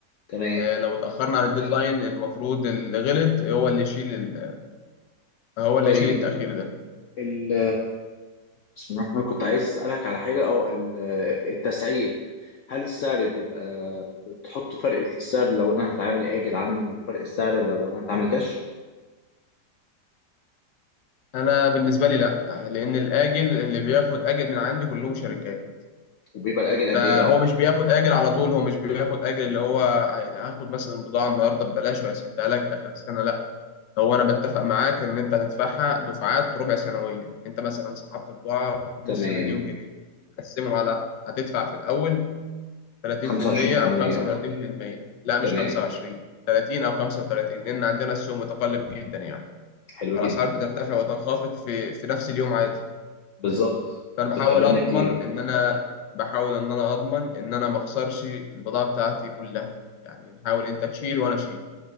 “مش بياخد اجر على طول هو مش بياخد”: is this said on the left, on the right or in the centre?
Left